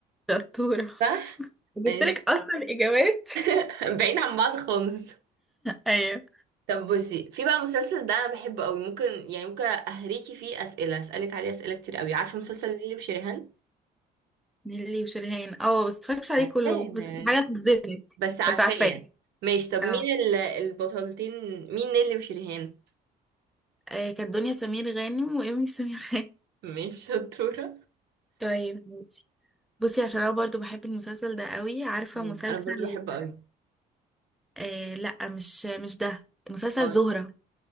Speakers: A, in the centre; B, on the right.
A: شطورة
B: صح
A: جبتلك
B: ماشي
A: اصلا الاجابات
B: <laughs> بعيد عن بعض خالص
A: ايوه
B: طب بصي في بقى مسلسل ده انا بحبه قوي ممكن يعني ممكن اهريكي فيه اسئله اسالك عليه اسئله كتير قوي عارفه مسلسل نيلي وشريهان
A: نيللي وشريهان اه بس متفرجش عليه
B: عارفاه
A: كله
B: ما
A: بس
B: يعني
A: حاجة تصدمك
B: بس عارفاه
A: بس عارفاه
B: يعني ماشي طب مين
A: اه
B: ال- البطلتين مين نيلي وشريهان
A: آه، كانت دنيا سمير غانم وإيمي سمير غانم
B: مش شطوره
A: طيب ماشي بصي عشان انا برضو بحب المسلسل ده قوي عارفة
B: ايوه
A: مسلسل
B: انا برضو بحبه قوي
A: آه لا مش مش ده مسلسل
B: أوي.
A: زهرة